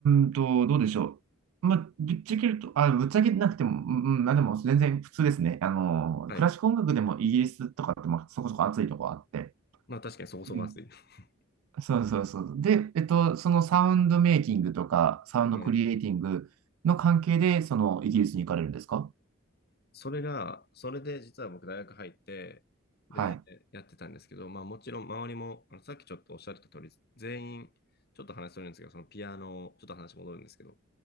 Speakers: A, on the right; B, on the left.
A: んと、どうでしょう。まあ、ぶっちゃけると、あ、ぶっちゃけなくても、うん、うんまあでも全然普通ですね。あの、
B: はい。
A: クラシック音楽でもイギリスとかって、まあ、そこそこ熱いとこあって。
B: まあ確かにそこそこ暑い。
A: うん。
B: <laughs>
A: そうそうそう。で、えっと、そのサウンドメイキングとか、サウンドクリエイティングの関係で、
B: はい。
A: そのイギリスに行かれるんですか
B: それが、それで実は僕大学入って、で、
A: はい。
B: やってたんですけど、まあもちろん周りも、あのさっきちょっとおっしゃってた通り、全員、ちょっと話するんですけど、そのピアノ、ちょっと話戻るんですけど、